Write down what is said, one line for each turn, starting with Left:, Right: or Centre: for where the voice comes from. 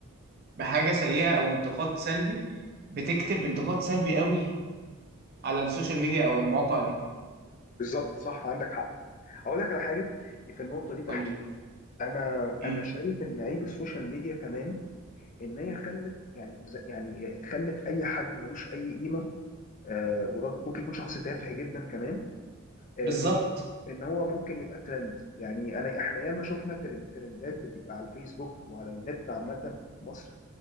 Right: بحاجة سيئة او انتقاد سلبي بتكتب انتقاد سلبي قوي على السوشيال ميديا او المواقع دي
Left: بالظبط صح عندك حق اقول لك على حاجه في النقطه دي تحديدا
Right: قول لي.
Left: انا
Right: مم.
Left: انا شايف ان عيب السوشيال ميديا كمان ان هي خلت يعني ز- يعني خلت اي حد ملوش اي قيمه آه وراجل- ممكن يكون شخص تافه جدا كمان آه،
Right: بالظبط
Left: ان إن هو ممكن يبقى ترند يعني انا احنا ياما شفنا ترن- ترندات بتبقى على الفيسبوك وعلى النت عامه في مصر